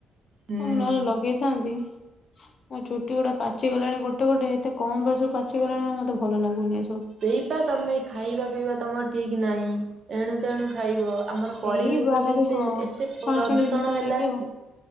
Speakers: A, on the right; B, on the left.
A: ହୁଁ
B: ନହେଲେ ଲଗେଇଥାନ୍ତି। ମୋ ଚୁଟି ଗୁଡ଼ା ପାଚି ଗଲାଣି ଗୋଟେ ଗୋଟେ ଏତେ କମ୍ ବୟସ ପାଚିଗଲାଣି ଆଉ ମତେ ଭଲ ଲାଗୁନି ଏ ସବୁ।
A: ସେଇପା ତମେ ଖାଇବା ପିଇବା ତମର ଠିକ ନାହିଁ ଏଣୁ ତେଣୁ ଖାଇବ। ଆମର ପରିବେଶ
B: ଏଇ ବାହାରେ
A: ବି ଏତେ
B: ହଁ
A: ଏତେ ପ୍ରଦୂଷଣ
B: ଛଣାଛଣି ଜିନିଷ
A: ହେଲାଣି
B: ଖାଇକି ଆଉ।
A: ଯେ